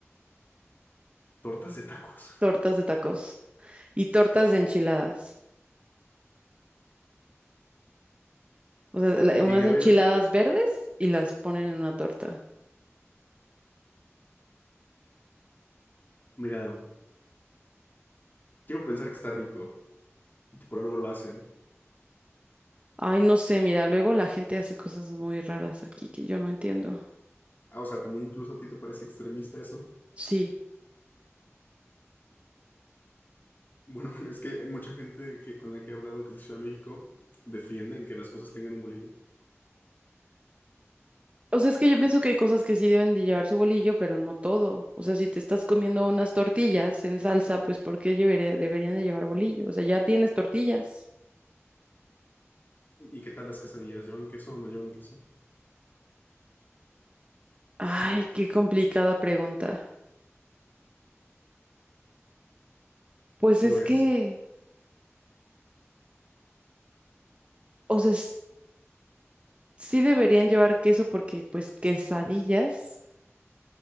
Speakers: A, on the left; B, on the right.
A: Tortas de tacos.
B: tortas de tacos y tortas de enchiladas. O sea, la-
A: Llegué
B: unas enchiladas
A: a ver,
B: verdes y las ponen en una torta.
A: mira, quiero pensar que está rico. y que Por algo lo hacen.
B: Ay, no sé, mira, luego la gente hace cosas muy raras aquí que yo no entiendo.
A: Ah, o sea, también incluso a ti te parece extremista eso.
B: Sí.
A: Bueno, <laughs> es que hay mucha gente que, con la que he hablado que es de Ciudad de México defienden que las cosas tengan un bolillo.
B: O sea, es que yo pienso que hay cosas que sí deben de llevar su bolillo, pero no todo. O sea, si te estás comiendo unas tortillas en salsa, pues ¿por qué llevaría- deberían de llevar bolillo? O sea, ya tienes tortillas.
A: ¿Y, y qué tal las quesadillas? ¿Llevan queso o no llevan queso?
B: Ay, qué complicada pregunta. Pues
A: Lo
B: es
A: es.
B: que, o sea, Sí deberían llevar queso porque pues quesadillas,